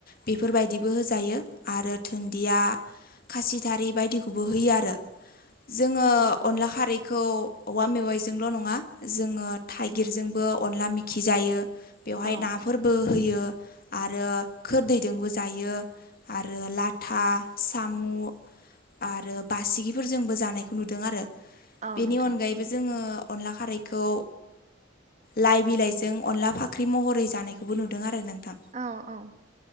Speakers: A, on the left; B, on the right.
A: बेफोरबायदिबो होजायो आरो दुन्दिया खासिथारि बायदिखौबो होयो आरो जोङो
B: औ
A: अनला खारैखौ औवा मेवाइजों ल' नङा जोङो थाइगिरजोंबो अनला मेखि जायो बेयावहाय
B: औ
A: नाफोरबो होयो आरो खोरदै दोंबो जायो आरो लाथा साम' आरो बासिगिफोरजोंबो जानायखौ नुदों आरो।
B: औ
A: बेनि
B: नोंथां
A: अनगायैबो जोङो अनला खारैखौ लाइ बिलाइजों अनला फाख्रि महरै जानाय खौबो नुदों आरो नोंथां,
B: औ औ